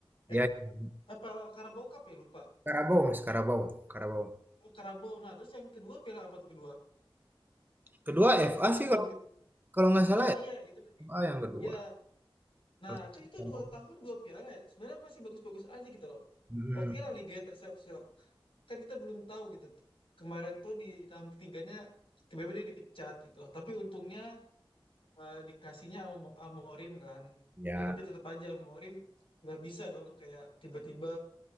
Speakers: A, on the right (about 20°); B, on the left (about 75°).
A: Iya
B: Eh,
A: iya,
B: apa Carabao Cup ya lupa.
A: Karabau Mas, Karabau Karabau.
B: Oh Karabo. Nah, terus yang kedua piala apa tuh kedua?
A: Kedua FA sih
B: Di tahun
A: kalau
B: kedua.
A: kalau nggak salah
B: Nah,
A: ya,
B: iya itu berarti.
A: FA yang kedua,
B: Iya. Nah,
A: terus
B: kan itu
A: Karabau
B: dua tahun dua piala ya. Sebenarnya masih bagus-bagus aja gitu loh.
A: mhm,
B: Oke lah Liga terseok-seok. Kan kita belum tahu gitu. Kemarin tuh di tahun ketiganya tiba-tiba dia dipecat gitu loh. Tapi untungnya eh, dikasihnya sama Mo- sama Morim kan.
A: iya,
B: Ya tapi tetap aja Morim nggak bisa dong kayak tiba-tiba